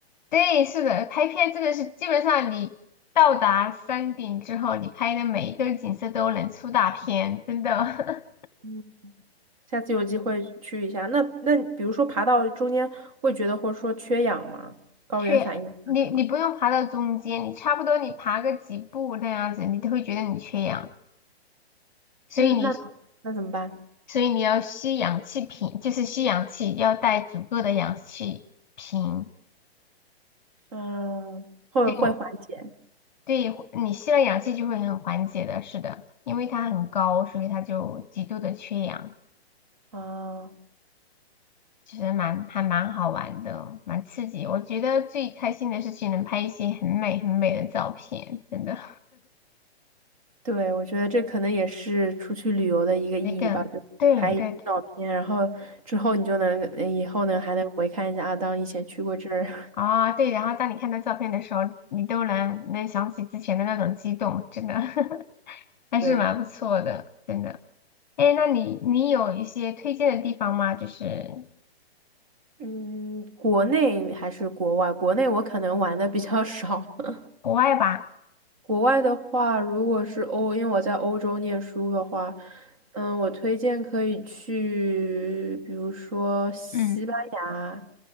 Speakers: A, on the left; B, on the right.
A: 对，是的，拍片真的是基本上你到达山顶之后，你拍的每一个景色都能出大片，真的。
B: 嗯，下次有机会去一下。那那比如说爬到中间会觉得或者说缺氧吗？
A: <laughs>
B: 高原反应啊什么？
A: 缺你你不用爬到中间，你差不多你爬个几步那样子，你都会觉得你缺氧，所以你
B: 嗯，那那怎么办？
A: 所以你要吸氧气瓶，就是吸氧气，要带足够的氧气瓶。
B: 嗯，会会缓解。
A: 对我对你吸了氧气就会很缓解的，是的，因为它很高，所以它就极度的缺氧。
B: 啊，
A: 其实蛮还蛮好玩的，蛮刺激。我觉得最开心的事情能拍一些很美很美的照片，真的。
B: 对，我觉得这可能也是出去旅游的一个意义吧，
A: 那个，
B: 就拍一些照片，
A: 对对对，
B: 然后之后你就能，呃以后呢还能回看一下啊，当以前去过这儿。<laughs>
A: 啊、对。然后当你看到照片的时候，你都能能想起之前的那种激动，真的 <laughs> 还是蛮不错的，
B: 对，
A: 真的。哎，那你你有一些推荐的地方吗？就是
B: 嗯，国内还是国外？国内我可能玩的比较少，<laughs>
A: 国外吧？
B: 国外的话，如果是欧，因为我在欧洲念书的话，嗯，我推荐可以去，比如说西班牙。
A: 嗯，